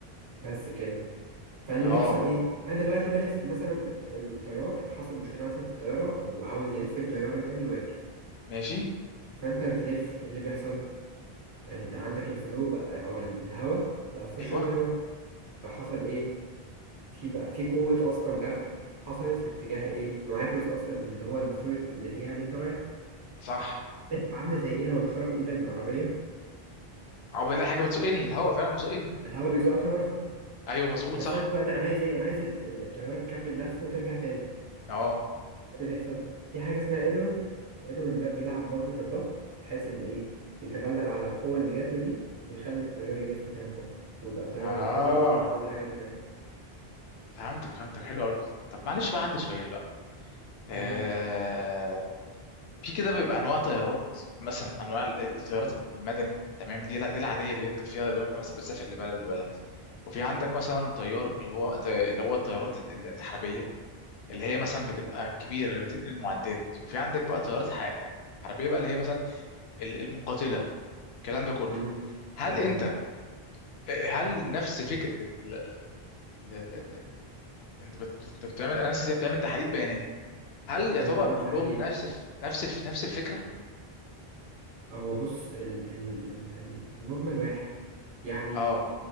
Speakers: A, on the right (about 85°); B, on the left (about 80°).
A: بس كده فاللي
B: اه
A: بيحصل ايه انا دلوقتي بلف مثلا الت- التيار حصل مشكله مثلا في الطياره وعاوز يلف الطياره تاني ويرجع
B: ماشي
A: فانت بتلف اللي بيحصل انت عندك الفلو بقى او ال- الهواء بقى في وش
B: ايوه
A: الطياره فحصل ايه في بقى في قوه اصلا دفع حصلت في اتجاه ايه معاكس اصلا اللي هو المفروض الاتجاه اللي انت رايحه
B: صح
A: عامله زي ايه لما بتخرج ايدك من العربيه
B: عقبال الاقي حاجه بتزقني الهوا فعلا بيزقني
A: الهواء بيزقك لورا
B: ايوه مظبوط
A: بس
B: صح
A: انا دلوقتي انا عايز ايه انا عايز ال- ال- الطياره تكمل لف وترجع تاني
B: اه
A: اللي بيحصل في حاجة اسمها إيدرون إيدرون ده بيلعب برضه في الضغط بحيث إن إيه يتغلب على القوة اللي جات له دي ويخلي التيار يلف زي ما هو ويبقى الطيارة
B: اه
A: متزنة وكل حاجة تمام
B: فهمتك فهمتك حلو قوي طب معلش بقى عندي سؤال بقى آه...
A: امم
B: في كده بيبقى انواع طيارات مثلا انواع ال- الطيارات المدني تمام دي لا دي العاديه اللي بيركب فيها لو انت مثلا بتسافر لبلد ببلد وفي عندك مثلا طيار اللي هو اللي هو الطيارات ال- ال- الحربيه اللي هي مثلا بتبقى كبيره اللي بتنقل معدات وفي عندك بقى طيارات ح- حربيه بقى اللي هي مثلا ال- المقاتله الكلام ده كله
A: امم
B: هل
A: تمام
B: انت هل نفس فكره ال- ال- ال- ال- ال- انت بت- بت- بتعمل انا نسيت بتعمل تحليل بيانات هل
A: أيوه
B: يعتبر
A: بعمل
B: كلهم
A: تحليل
B: نفس الف- نفس الف- نفس الفكره
A: هو بص ال ال ال ال- المجمل واحد يعني
B: اه